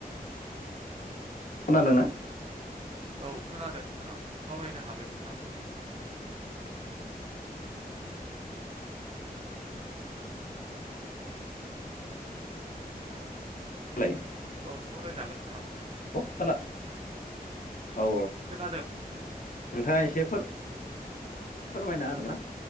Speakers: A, on the left (about 60°); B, on the right (about 40°).
A: खोनादोंना?
B: औ खोनादों नोंथां सावरायनो हागोन नोंथां।
A: दालाय
B: औ सावरायजागोन नोंथां।
A: औ औ
B: खोनादों
A: नोंथाङा एसेफोर फोरमायना होनो हागोनना।